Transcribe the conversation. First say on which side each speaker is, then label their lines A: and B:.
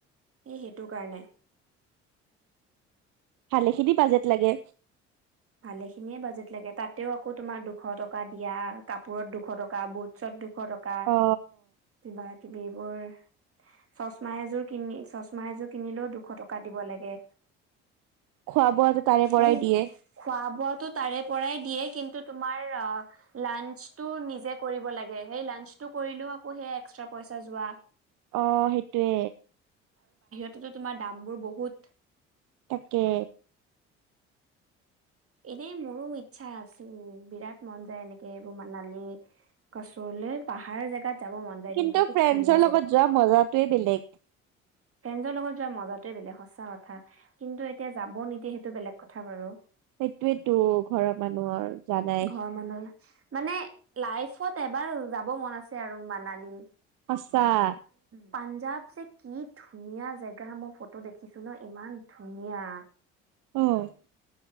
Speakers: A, on the right; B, on the right.
A: এই সেইটো কাৰণে
B: ভালেখিনি বাজেট লাগে।
A: ভালে খিনিয়ে বাজেট লাগে তাতেও আকৌ তোমাৰ দুখ এশ টকা দিয়া কাপোৰত দুশ টকা বুট তাৰ পাছত দুশ দুশ টকা
B: অ
A: কিবা এইবোৰ চছমা এযোৰ কিনি চছমা এযোৰ কিনিলেও দুশ টকা দিব লাগে।
B: খোৱা বোৱাটো তাৰে পৰাাই
A: এই
B: দিয়ে
A: খোৱা বোৱাতো তাৰে পৰাই দিয়ে কিন্ত তোমাৰ আহ লান্স তো নিজেই কৰিব লাগিব সেই লান্স তো কৰিলেও আকৌ হে এচট্ৰা পইচা যোৱা।
B: অ সেইটোৱে
A: কিন্তু তোমাৰ দামবোৰ বহুত
B: তাকে
A: এনেই মোৰো ইচ্ছা আছিল বিৰাট মন যায় এনেকে এইবোৰ মানালী গছলৈ পাহাৰৰ জেগাত যাব মন যায়
B: কিন্তু
A: দেই বহুত
B: ফ্ৰেণ্ডছৰ
A: ধুনীয়া
B: লগত যোৱা মজাটোৱে বেলেগ
A: ফ্ৰেডজৰ লগত যোৱা মজটোৱে বেলেগ সঁচা কথা। কিন্তু এতিয়া যাব নিদিয়ে সেইটো বেলেগ কথা বাৰু
B: সেইটোয়েতো ঘৰৰ মানুহৰ জানাই
A: ঘৰৰ মানুহে মানে লাইফত এবাৰ যাব মন আছে আৰু মানালী
B: সচাঁ
A: পাঞ্জাব যে কি ধুনীয়া জেগা মই ফটো দেখিছো ন ইমান ধুনীয়া
B: উম